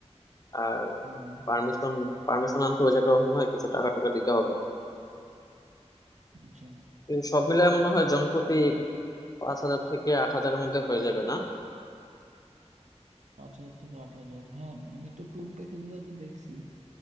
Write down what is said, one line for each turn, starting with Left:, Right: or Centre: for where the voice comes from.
Left: আর
Right: হুম
Left: পারমিশন পারমিশন আনতে ওই জায়গায় মনে হয় কিছু টাকা টুকা দিতে হবে
Right: আচ্ছা
Left: এই সব মিলে মনে হয় জনপ্রতি পাঁচ হাজার থেকে আট হাজারের মধ্যে হয়ে যাবে না
Right: পাঁচ হাজার থেকে আট হাজার হ্যাঁ আমি তো ট্যুর প্যাকেজ গুলোতে দেখছি